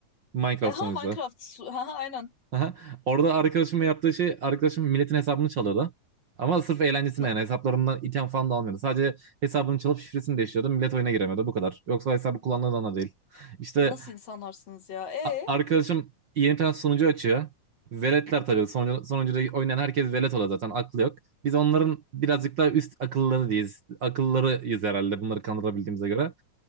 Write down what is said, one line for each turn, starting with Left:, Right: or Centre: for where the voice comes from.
Right: Minecraft
Left: E, Ha
Right: son oyuncusu.
Left: Minecraft. su- Ha ha, aynen.
Right: Aha. Orada arkadaşımın yaptığı şey arkadaşım milletin hesabını çalıyordu. Ama sırf eğlencesine
Left: Na-
Right: yani hesaplarından item falan da almıyordu. Sadece hesabını çalıp şifresini değiştiriyordu. Millet oyuna giremiyordu bu kadar. Yoksa hesabı kullandığından da değil. İşte
Left: nasıl insanlarsınız ya? E
Right: A- arkadaşım yeni bir tane sunucu açıyor. Veletler tabii. Sunucu, sunucuda oynayan herkes velet oluyor zaten. Aklı yok. Biz onların birazcık daha üst akılları değiliz. Akıllarıyız herhalde bunları kandırabildiğimize göre